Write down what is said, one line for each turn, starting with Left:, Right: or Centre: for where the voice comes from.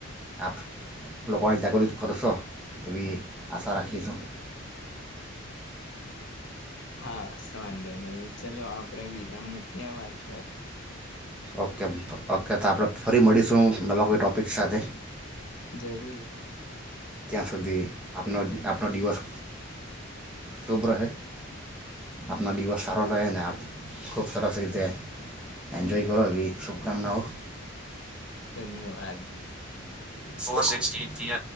Centre: આપ લોકોને જાગૃત કરશો એવી આશા
Left: ભગન
Centre: રાખીશું
Left: ભવ નાને કોણ કર છ ના હા, વાંધો નહીં. ચલો આપણે વિરામ મૂકીએ વાત પર.
Centre: ઓકે આપ ફરી મળીશું નવા કોઈ ટૉપિક સાથે
Left: જરૂર
Centre: ત્યાં સુધી આપનો આપનો દિવસ શુભ રહે આપનો દિવસ સારો રહે ને ખૂબ સરસ રીતે એન્જોય કરો એવી શુભકામનાઓ
Left: ધન્યવાદ.
Centre: Four sixty three